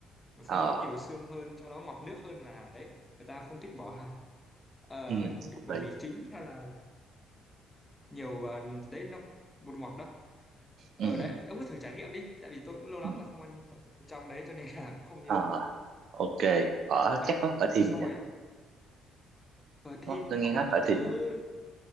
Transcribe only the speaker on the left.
nó sẽ
nấu nhiều xương hơn cho nó ngọt nước hơn là đấy người ta không thích bỏ hạt Ờ,
người ta không thích
bỏ
mì chính hay là nhiều ờ, đấy đâu bột ngọt đâu ở
đấy ông cứ thử trải nghiệm đi tại vì tôi cũng lâu lắm
rồi không ăn phở trong đấy cho nên là cũng không
nhớ
đấy
xong
rồi phở thin
hoặc
là
ông
cứ